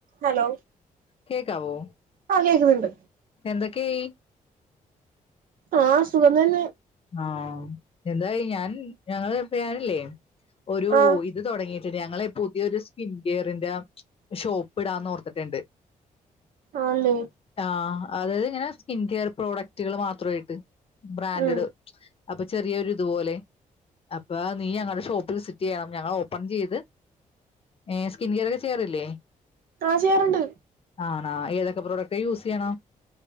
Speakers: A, on the right; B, on the left.
A: Hello
B: കേക്കാവോ
A: ആഹ് കേക്കുന്നുണ്ട്
B: എന്തൊക്കെയി
A: ആഹ് സുഖതന്നെ
B: ആഹ് എന്തായി ഞാൻ ഞങ്ങള് പേരില്ലേ ഒരു
A: ആഹ്
B: ഇത് തൊടങ്ങി ഞങ്ങളെ പുതിയൊരു സ്കിൻകെയറിന്റെ ഷോപ്പ്ടാന്നർത്തിട്ടുണ്ട്
A: ആന്നേ
B: ആഹ് അതായത് ഇങ്ങനെ സ്കിൻകെയർ പ്രോഡക്റ്റുകള് മാത്രായിട്ട് ബ്രാൻഡിഡ്
A: ഉം
B: അപ്പൊ ചെറിയരുതുപോലെ അപ്പൊ നീ ഞങ്ങളെ ഷോപ്പ് വിസിറ്റ്യ്യണം ഞങ്ങൾ ഓപ്പൺ ചെയ്ത് ഏഹ് സ്കിൻകെയറെക്കെ ചെയ്യാറില്ലേ
A: ആഹ് ചെയ്യാറ്ണ്ട്
B: ആണാ ഏതൊക്കെ പ്രെഡക്റ്റാ യൂസയ്യണ